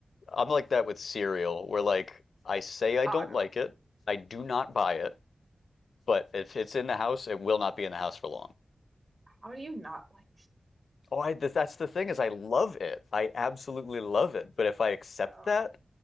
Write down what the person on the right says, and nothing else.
Oh
no,
how do you not like?
<laughs> Oh.